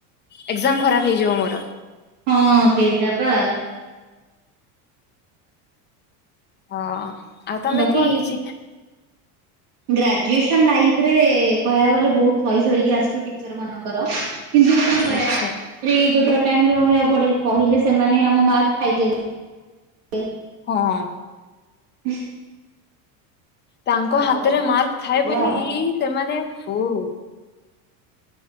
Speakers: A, on the left; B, on the right.
A: ଏକଜାମ ଖରାପ ହେଇଯିବ ମୋର।
B: ହଁ ସେଇଟା ପା।
A: ହଁ ଆଉ ତମେ
B: ବାକି
A: କୁହ କିଛି।
B: ଗ୍ରାଜୁଏସନ ଲାଇଫରେ କହିବାକୁ ଗଲେ ବହୁତ ସହି ସଇ କି ଆସିଛୁ ଟିଚର ମାନଙ୍କର। କିନ୍ତୁ କଣ କରିବା
A: ଆଚ୍ଛା
B: <unintelligible> ଗୋଟେରେ ଟାଇମରେ ରହିବାକୁ ପଡ଼େ କହିଲେ ସେମାନେ ଆମ ମାର୍କ ଖାଇଦେବେ।
A: ହଁ।
B: <inaudible>
A: ତାଙ୍କ
B: ଆଉ
A: ହାତରେ ମାର୍କ ଥାଏ
B: ସେଇଆ
A: ବୋଲି
B: ଆଉ
A: ସେମାନେ ଓ ହୋ।